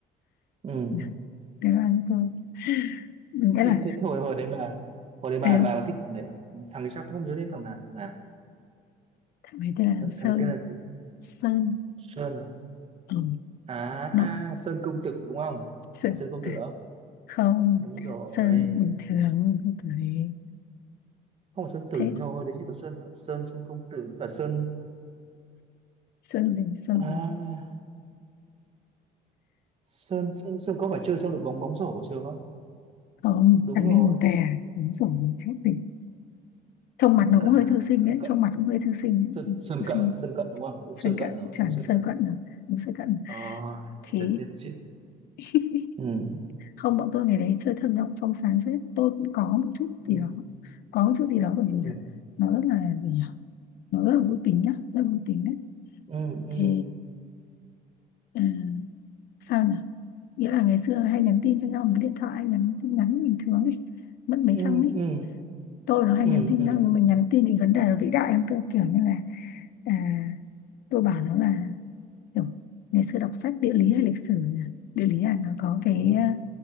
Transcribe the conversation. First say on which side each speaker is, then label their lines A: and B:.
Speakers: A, on the right (about 35°); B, on the left (about 65°).
A: ừ
B: ném đáp án cho tôi nghĩa là
A: thế, thế, thế hồi hồi đấy bà hồi đấy bà
B: ê,
A: bà có thích thằng đấy không? thằng thằng ấy sao tôi không nhớ đến thằng nào thằng nào nhỉ
B: thằng ấy tên là
A: thằng
B: Sơn
A: thằng tên là gì
B: Sơn
A: Sơn à
B: ừ,
A: à à,
B: nó
A: Sơn công tử đúng không
B: Sơn
A: phải Sơn công
B: À,
A: tử không
B: không
A: đúng rồi
B: Sơn bình thường không có gì
A: không phải Sơn tử
B: thế <laughs>
A: nhưng mà hồi đấy chỉ có Sơn à? Sơn Sơn công tử và Sơn
B: Sơn gì Sơn
A: à
B: gì
A: Sơn Sơn Sơn có phải chơi trong đội bóng bóng rổ của trường không
B: không
A: đúng
B: thằng ấy
A: rồi
B: lùn tè đúng rồi chết tỉnh trông mặt nó
A: à
B: cũng hơi thư sinh
A: Sơn
B: đấy
A: Cận
B: trông mặt cũng hơi thư sinh đấy.
A: Sơn,
B: Ừ,
A: Sơn
B: thư
A: Cận
B: sinh
A: Sơn Cận đúng không đúng
B: Sơn
A: Sơn Cận
B: cận
A: rồi
B: chuẩn
A: đúng Sơn
B: Sơn
A: Cận
B: cận
A: rồi
B: rồi đúng Sơn cận
A: Ôi,
B: thì
A: là chết chết chết
B: <laughs>
A: ừ
B: không bọn tôi ngày đấy chơi thơ mộng trong sáng phết tôi cũng có một chút
A: ừ
B: gì đó có một chút gì đó bởi vì
A: ừ
B: là nó rất là gì nhỉ nó rất là vui tính nhá rất là vui tính đấy
A: ừ ừ
B: thì ờ, sao nhỉ nghĩa là ngày xưa hay nhắn tin cho nhau một cái điện thoại nhắn tin nhắn bình thường ấy mất mấy
A: ừ
B: trăm ấy
A: ừ
B: tôi nó hay
A: ừ
B: nhắn tin
A: ừ
B: nhau nhưng mà nhắn tin những vấn đề nó vĩ đại lắm cơ kiểu như là à, tôi bảo nó là kiểu ngày xưa đọc sách địa lý hay lịch sử nhỉ? địa lý à nó có cái
A: ừ
B: à,